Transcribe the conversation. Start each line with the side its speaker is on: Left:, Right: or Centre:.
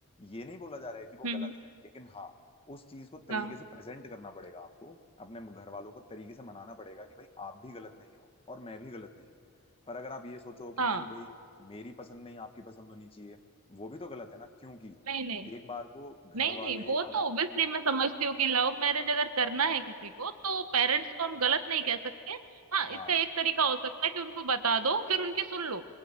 Left: ये नहीं बोला जा रहा है कि वो
Right: हम्म
Left: गलत
Right: हम्म,
Left: है लेकिन हाँ उस चीज को तरीके
Right: हाँ
Left: से प्रेजेंट करना पड़ेगा आपको अपने घर वालों को तरीके से मनाना पड़ेगा कि भाई आप भी गलत नहीं हो और मैं भी गलत नहीं हूँ पर अगर आप ये सोचो कि
Right: हाँ
Left: नहीं भाई मेरी पसंद नहीं आपकी पसंद होनी चाहिए वो भी तो गलत है ना क्योंकि
Right: नहीं नहीं
Left: एक बार को घर
Right: नहीं नहीं
Left: वाले
Right: वो तो
Left: अगर
Right: ऑब्वियसली मैं समझती हूँ कि लव मैरिज अगर करना है किसी को तो पेरेंट्स को हम गलत नहीं कह सकते हाँ इसका
Left: हाँ
Right: एक तरीका हो सकता है कि उनको बता दो फिर उनकी सुन लो